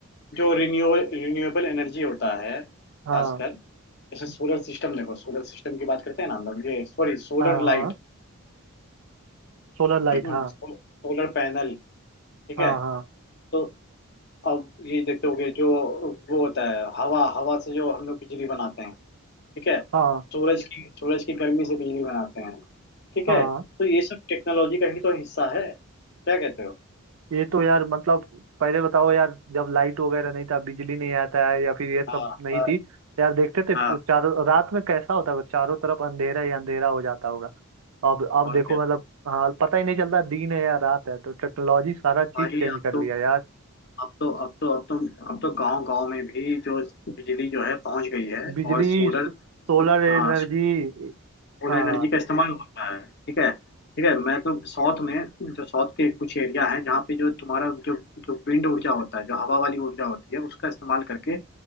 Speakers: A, on the left; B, on the right.
A: जो रिन्यू रिन्यूएबल एनर्जी होता है खासकर
B: हाँ
A: जैसे सोलर सिस्टम देखो सोलर सिस्टम की बात करते हैं ना हम लोग ये sorry solar
B: हाँ हाँ
A: light
B: सोलर लाइट
A: <clears throat>
B: हाँ
A: Solar panel ठीक
B: हाँ
A: है
B: हाँ
A: तो अब ये देखते होगे जो वो होता है हवा हवा से जो हम लोग बिजली बनाते हैं ठीक है
B: हाँ
A: सूरज की सूरज की गर्मी से बिजली बनाते हैं ठीक
B: हाँ
A: है तो ये सब टेक्नोलॉजी का ही तो हिस्सा है क्या कहते हो
B: ये तो यार मतलब पहले बताओ यार जब लाइट वगैरह नहीं था बिजली नहीं आता है या फिर ये सब
A: हाँ
B: नहीं
A: हाँ
B: थी यार देखते थे पु-
A: हाँ
B: चारों रात में कैसा होता है चारों तरफ अंधेरा ही अंधेरा हो जाता होगा अब अब
A: और
B: देखो
A: क्या
B: मतलब हाँ पता ही नहीं चलता दिन है या रात है तो टेक्नोलॉजी सारा चीज
A: भाई
B: चेंज
A: अब
B: कर
A: तो
B: लिया यार
A: अब तो अब तो अब तो अब तो गांव गांव में भी जो बिजली जो है पहुंच गई है
B: बिजली
A: और सोलर
B: सोलर एनर्जी
A: हाँ सोलर
B: हाँ
A: एनर्जी का इस्तेमाल होता है ठीक है ठीक है मैं तो साउथ में जो साउथ के कुछ एरिया है जहाँ पे जो तुम्हारा जो जो विंड ऊर्जा होता है जो हवा वाली ऊर्जा होती है उसका इस्तेमाल करके